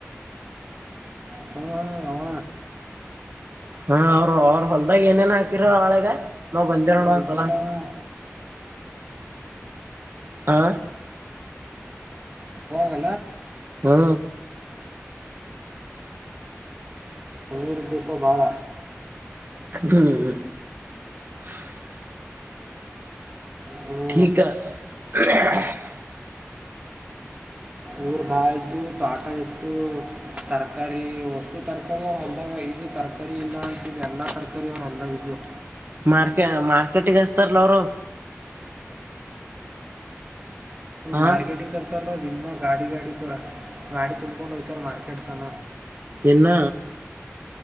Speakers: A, on the right (about 25°); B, on the right (about 45°).
A: ಹ್ಞೂ ಹ್ಞೂ ಅವ
B: ಹಾ ಅವರು ಅವ್ರ ಹೊಲ್ದಾಗ ಏನೇನ್ ಹಾಕಿರ ಆಳೆಗ ನಾವ್ ಬಂದ್ ದಿದ್ದೆ
A: ಹ್ಞೂ
B: ನೋಡ್ ಒಂದ್
A: ಇದ್ದಲ್ಲ
B: ಸಲ
A: ಅವ
B: ಆ
A: ಅಲ
B: ಹಾ
A: ರ್ ದೀಪ ಬಾಳ
B: ಹ್ಮ್ <inaudible>
A: ಹ್ಞೂ
B: ಠಕ <unintelligible>
A: ಇವರು ಭಾಳ ಇದ್ದವು ತೋಟ ಇಟ್ಟತ್ತು ತರಕಾರಿ ಹೊಸು ತರಕಾರಿ ಅವ್ರು ಅಲ್ದಾಗ ಇದು ತರಕಾರಿ ಇಲ್ಲ ಅಂತಿ ಎಲ್ಲ ತರಕಾರಿ ಅವ್ರು ಹೊಲ್ದಾಗ ಇದಿದ್ದವು
B: ಮಾರ್ಕೆ ಮಾರ್ಕೆಟಿಗೆಸ್ತಾರಲ್ಲ ಅವರು ಹಾ
A: ಮಾರ್ಕೆಟಿತರಲ್ಲ ನಿ ಗಾಡಿ ಗಾಡಿ ಗ ಗಾಡಿ ತುಂಬಕೊಂಡು ಹೋ್ತಾರ ಮಾರ್ಕೆಟ್ ತನ
B: ನಿನ್ನ